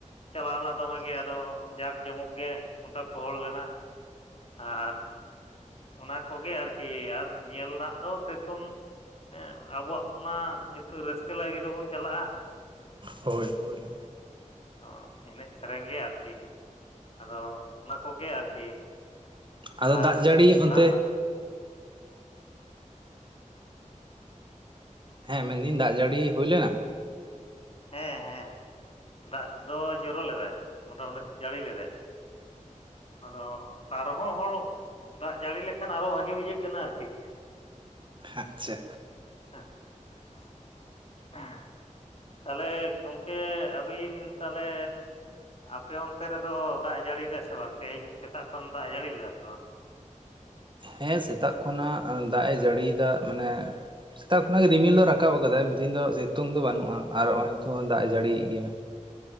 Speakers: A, on the left (about 50°); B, on the right (about 40°).
A: ᱪᱟᱞᱟᱣ ᱞᱮᱱᱟ ᱫᱚᱢᱮ ᱜᱮ ᱟᱫᱚ ᱡᱟᱠ ᱡᱚᱢᱚᱠ ᱜᱮ ᱚᱱᱰᱮ ᱠᱚ ᱦᱚᱲ ᱞᱮᱱᱟ ᱟᱨ ᱚᱱᱟ ᱠᱚᱜᱮ ᱟᱨᱠᱤ ᱟᱨ ᱧᱮᱞ ᱨᱮᱱᱟᱜ ᱫᱚ ᱥᱮ ᱨᱚᱠᱚᱢ ᱦᱮ ᱟᱵᱚᱣᱟᱜ ᱢᱟ ᱱᱤᱛᱚᱜ ᱨᱟᱹᱥᱠᱟᱹ ᱞᱟᱹᱜᱤᱫ ᱦᱚᱵᱚᱱ ᱪᱟᱞᱟᱜ-ᱟ
B: ᱦᱳᱭ ᱦᱳᱭ
A: ᱚ ᱮᱱᱮᱡ ᱥᱮᱨᱮᱧ ᱜᱮ ᱟᱨᱠᱤ ᱟᱫᱚ ᱚᱱᱟ ᱠᱚᱜᱮ ᱟᱨᱠᱤ
B: ᱟᱫᱚ
A: ᱟᱨ
B: ᱫᱟᱜ ᱡᱟᱹᱲᱤ ᱚᱱᱛᱮ
A: ᱫᱟᱜ
B: ᱦᱮ ᱢᱮᱱᱫᱟᱹᱧ ᱫᱟᱜ ᱡᱟᱹᱲᱤ ᱦᱩᱭ ᱞᱮᱱᱟ
A: ᱦᱮ ᱦᱮ ᱫᱟᱜ ᱫᱚ ᱡᱚᱨᱚ ᱞᱮᱫᱟᱭ ᱢᱚᱴᱟᱢᱩᱴᱤ ᱡᱟᱹᱲᱤ ᱞᱮᱫᱟᱭ ᱟᱫᱚ ᱛᱟ ᱨᱮᱦᱚ ᱦᱚᱲ ᱫᱟᱜ ᱡᱟᱹᱲᱤ ᱞᱮᱠᱷᱟᱱ ᱟᱨᱚ ᱵᱷᱟᱜᱮ ᱵᱩᱡᱷᱟᱹᱜ ᱠᱟᱱᱟ ᱟᱨᱠᱤ
B: ᱟᱪᱪᱷᱟ
A: ᱦᱮ ᱛᱟᱦᱚᱞᱮ ᱜᱚᱢᱠᱮ ᱟᱹᱵᱤᱱ ᱛᱟᱦᱚᱞᱮ ᱟᱯᱮ ᱚᱱᱛᱮ ᱨᱮᱫᱚ ᱫᱟᱜ ᱮ ᱡᱟᱹᱲᱤᱭᱫᱟ ᱥᱮ ᱵᱟᱝ ᱛᱮᱦᱮᱧ ᱥᱮᱛᱟᱜ ᱠᱷᱚᱱ ᱮ ᱫᱟᱜ ᱮ ᱡᱟᱹᱲᱤ ᱞᱮᱫᱟ ᱥᱮ ᱵᱟᱝ
B: ᱦᱮ ᱥᱮᱛᱟᱜ ᱠᱷᱚᱱᱟᱜ ᱫᱟᱜ ᱮ ᱡᱟᱹᱲᱤᱭᱮᱫᱟ ᱢᱟᱱᱮ ᱥᱮᱛᱟᱜ ᱠᱷᱚᱱᱟ ᱜᱮ ᱨᱤᱢᱤᱞᱫᱚᱭ ᱨᱟᱠᱟᱵ ᱟᱠᱟᱫᱟᱭ ᱛᱮᱦᱮᱧ ᱫᱚ ᱥᱤᱛᱩᱝ ᱫᱚ ᱵᱟᱹᱱᱩᱜ-ᱟ᱾ ᱟᱨ ᱱᱚ-ᱚᱭ ᱱᱤᱛᱚᱜ ᱫᱟᱜ ᱦᱚ ᱫᱟᱜ ᱮ ᱡᱟᱹᱲᱤᱭᱮᱫ ᱜᱮᱭᱟ᱾